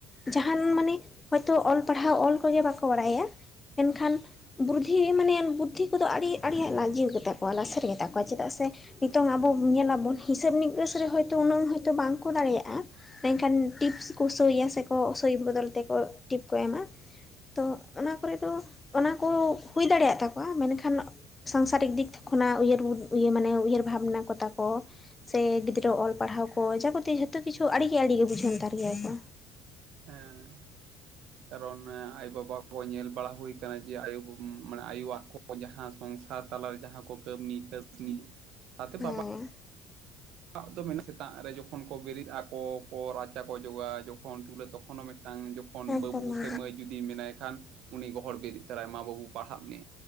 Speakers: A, on the left; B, on the right.
A: ᱡᱟᱦᱟᱱ ᱢᱟᱱᱮ ᱦᱚᱭᱛᱳ ᱚᱞ ᱯᱟᱲᱦᱟᱣ ᱚᱞ ᱠᱚᱜᱮ ᱵᱟᱠᱚ ᱵᱟᱲᱟᱭᱟ᱾ ᱮᱱᱠᱷᱟᱱ ᱵᱩᱨᱫᱷᱤ ᱢᱟᱱᱮ ᱵᱩᱫᱽᱫᱷᱤ ᱠᱚᱫᱚ ᱟᱹᱰᱤ ᱟᱹᱰᱤ ᱟᱡᱤᱵ ᱜᱮᱛᱟ ᱠᱚᱣᱟ ᱞᱟᱥᱮᱨ ᱜᱮᱛᱟ ᱠᱚᱣᱟ ᱪᱮᱫᱟᱜ ᱥᱮ? ᱦᱤᱛᱚᱝ ᱟᱵᱚ ᱧᱮᱞᱟᱵᱚᱱ ᱦᱤᱥᱟᱹᱵ ᱱᱤᱟᱹᱥ ᱨᱮ ᱦᱚᱭᱛᱳ ᱩᱱᱟᱹᱜ ᱦᱭᱛᱳ ᱵᱟᱝᱠᱚ ᱫᱟᱲᱮᱭᱟᱜᱼᱟ᱾ ᱢᱮᱱᱠᱷᱟᱱ ᱴᱤᱯᱥ ᱠᱚᱥᱳᱭᱟ ᱥᱮᱠᱚ ᱥᱳᱭ ᱵᱚᱫᱚᱞ ᱛᱮᱠᱚ ᱴᱤᱯᱥ ᱠᱚ ᱮᱢᱟ? ᱛᱚ ᱚᱱᱟ ᱠᱚᱨᱮ ᱫᱚ ᱚᱱᱟ ᱠᱚ ᱦᱩᱭ ᱫᱟᱲᱮᱭᱟᱜ ᱛᱟᱠᱚᱣᱟ ᱢᱮᱱᱠᱷᱟᱱ ᱥᱟᱝᱥᱟᱨᱤᱠ ᱫᱤᱠ ᱛᱷᱮᱠᱮ‌, ᱠᱷᱚᱱᱟᱜ ᱩᱭᱦᱟᱹᱨ ᱢᱟᱱᱮ ᱩᱭᱦᱟᱹᱨ ᱵᱷᱟᱵᱽᱱᱟ ᱠᱚ ᱛᱟᱠᱚ᱾ ᱥᱮ ᱜᱤᱫᱽᱨᱟᱹ ᱚᱞ ᱯᱟᱲᱦᱟᱣ ᱠᱚ ᱡᱟᱠᱚᱛᱤ ᱡᱷᱚᱛᱚ ᱠᱤᱪᱷᱩ ᱟᱹᱰᱤᱜᱮ ᱟᱹᱰᱤᱜᱮ ᱵᱩᱡᱷᱱᱛᱟᱨ ᱜᱮᱭᱟ ᱠᱚ᱾
B: ᱦᱮᱸ, ᱠᱟᱨᱚᱱ ᱟᱭᱳᱼᱵᱟᱵᱟ ᱠᱚ ᱧᱮᱞ ᱵᱟᱲᱟ ᱦᱩᱭ ᱠᱟᱱᱟ ᱡᱮ ᱟᱭᱳ ᱢᱟᱱᱮ ᱟᱭᱳᱣᱟᱜ ᱠᱚ ᱡᱟᱦᱟᱸ ᱥᱚᱝᱥᱟᱨ᱾ ᱛᱟᱞᱮ ᱡᱟᱦᱟᱸ ᱠᱚ ᱠᱟᱹᱢᱤ ᱠᱟᱹᱥᱱᱤ ᱥᱟᱶᱛᱮ
A: ᱦᱮᱸ
B: ᱵᱟᱵᱟ ᱫᱟᱜ ᱫᱚ ᱢᱮᱱ ᱥᱮᱛᱟᱜ ᱨᱮ ᱡᱚᱠᱷᱚᱱ ᱠᱚ ᱵᱮᱨᱮᱫ ᱟᱠᱚ᱾ ᱠᱚ ᱨᱟᱪᱟ ᱠᱚ ᱚ ᱡᱚᱜᱟ ᱡᱚᱠᱷᱚᱱ ᱪᱩᱞᱟᱹ ᱛᱚᱠᱷᱚᱱ ᱦᱚᱸ ᱢᱤᱫᱴᱟᱝ ᱡᱚᱠᱷᱚᱱ
A: ᱮᱠᱫᱚᱢ
B: ᱵᱟᱹᱵᱩ
A: ᱮᱠᱫᱚᱢ
B: ᱥᱮ ᱢᱟᱹᱭ ᱜᱤᱫᱽ ᱩᱱᱤ ᱢᱮᱱᱟᱭ ᱠᱷᱟᱱ ᱩᱱᱤ ᱜᱚᱦᱚᱲ ᱵᱮᱨᱮᱫ ᱛᱚᱨᱟᱭ ᱢᱟ ᱵᱟᱹᱵᱩ ᱯᱟᱲᱦᱟᱜ ᱢᱮ